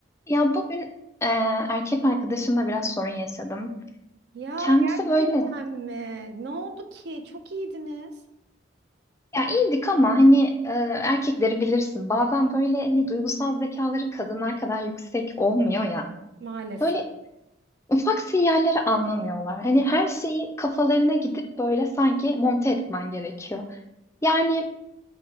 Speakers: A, on the left; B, on the right.
A: Ya bugün e, erkek arkadaşımla biraz sorun yaşadım.
B: Ya
A: Kendisi
B: gerçekten
A: böyle
B: mi? Ne oldu ki? Çok iyiydiniz
A: ya iyiydik ama hani e, erkekleri bilirsin. Bazen böyle hani duygusal zekaları kadınlar kadar yüksek olmuyor ya.
B: maalesef.
A: Böyle ufak sinyalleri anlamıyorlar. Hani her şeyi kafalarına gidip böyle sanki monte etmen gerekiyor. Yani